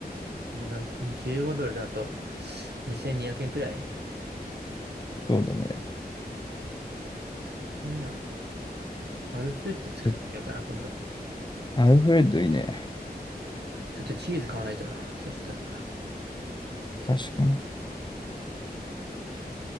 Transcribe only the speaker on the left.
そうだね。
絶
アルフレッドいいね。
確かに。